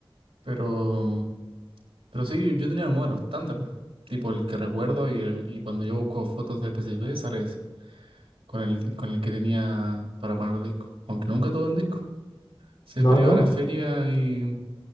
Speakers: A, on the right (about 80°); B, on the left (about 50°).
A: Pero, mm, pero sí, yo tenía el modelo estándar. ¿no? Tipo el que recuerdo y, el, y cuando yo busco fotos de PSP sale ese. Con el, con el que tenía para poner disco. Aunque nunca tuve un disco. Siempre
B: No, no.
A: iba a
B: no.
A: la feria y,